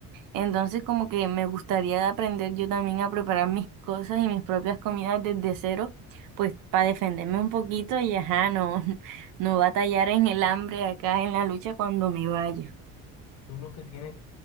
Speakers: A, on the right; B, on the left.
A: Entonces, como que me gustaría aprender yo también a preparar mis cosas y mis propias comidas desde cero, pues para defenderme un poquito y ajá, no, <laughs> no batallar en el hambre acá en la lucha cuando me vaya.
B: Tú lo que tienes